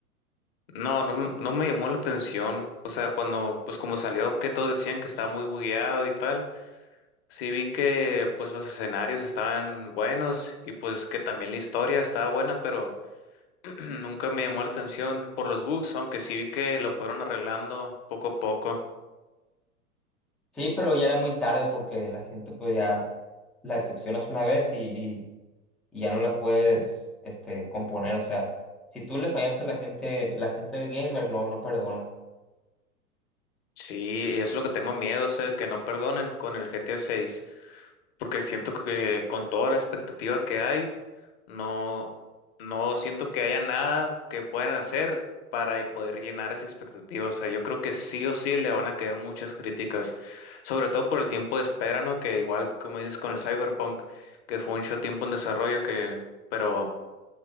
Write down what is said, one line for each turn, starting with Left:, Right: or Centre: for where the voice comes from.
Left: No, no, m- no me llamó la atención. O sea, cuando pues como salió que todos decían que estaba muy bugueado y tal, sí vi que pues los escenarios estaban buenos y pues que también la historia estaba buena, pero <clears throat> nunca me llamó la atención por los bugs, aunque sí vi que lo fueron arreglando poco a poco.
Centre: Sí, pero ya era muy tarde porque la gente pues ya la decepcionas una vez y, y- y ya no la puedes este componer. O sea, si tú le fallaste a la gente, la gente de gamer no, no perdona.
Left: Sí, es lo que tengo miedo, o sea, que no perdonen con el GTA 6, porque siento que con toda la expectativa que hay, no, no siento que haya nada que puedan hacer para poder llenar esa expectativa. O sea, yo creo que sí o sí le van a quedar muchas críticas, sobre todo por el tiempo de espera, ¿no? Que igual, como dices, con el Cyberpunk, que fue mucho tiempo en desarrollo, que, pero